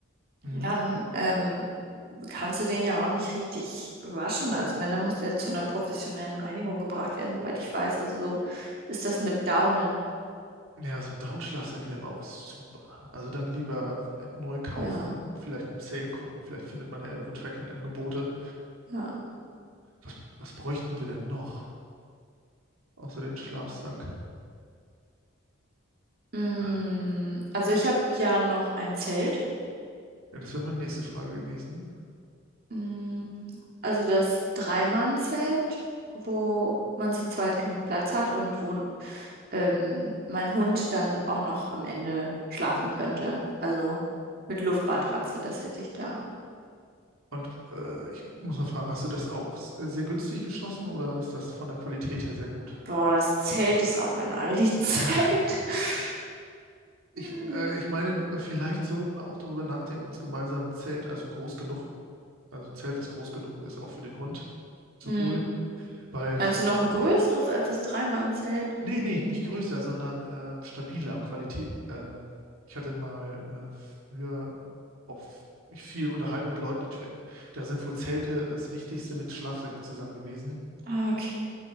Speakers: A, on the right; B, on the right.
A: Mhm.
B: dann ähm, kannst du den ja auch nicht richtig waschen. Also wenn, dann muss der zu einer professionellen Reinigung gebracht werden, soweit ich weiß. Also so ist das mit Daunen.
A: Ja, so ein Down-Schlafsack wäre aber auch super. Also dann lieber äh, neu kaufen
B: Ja,
A: und vielleicht im Sale gucken. Vielleicht findet man ja irgendwo Tracking-Angebote.
B: ja.
A: Was, was bräuchten wir denn noch außer den Schlafsack?
B: Mm,
A: Ja,
B: also ich habe ja noch ein Zelt.
A: das wäre meine nächste Frage gewesen.
B: Mm, Also das Dreimannzelt, wo man zu zweit genug Platz hat und wo ähm, mein Hund dann auch noch am Ende schlafen könnte. Also mit Luftmatratze, das hätte ich da.
A: Und äh, ich muss mal fragen, hast du das auch s- äh, sehr günstig geschossen oder ist das von der Qualität her sehr gut?
B: Boah, das Zelt ist auch ein Aldi-Zelt. <laughs> Hm.
A: Ich, äh, ich meine, äh, vielleicht sollten wir auch darüber nachdenken, uns gemeinsam ein Zelt, also ein groß genug, also ein Zelt, was groß genug ist, auch für den Hund zu
B: Hm.
A: holen, weil
B: Meinst
A: ich habe
B: du noch
A: auch,
B: ein größeres als das Dreimannzelt?
A: nee, nee, nicht größer, sondern ähm, stabiler und Qualität. Ähm, ich hatte mal äh, früher auch f- mich viel unterhalten mit Leuten, die, tw- da sind wohl Zelte das Wichtigste mit Schlafsäcken zusammen gewesen.
B: Ah, okay.